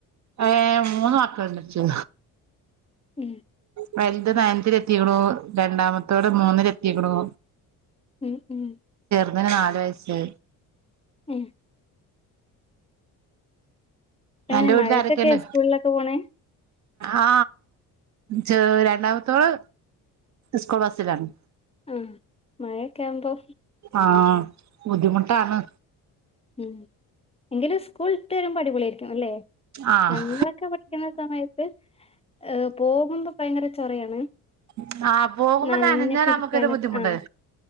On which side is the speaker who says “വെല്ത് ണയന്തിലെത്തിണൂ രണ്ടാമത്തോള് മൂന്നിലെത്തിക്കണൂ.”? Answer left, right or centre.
Right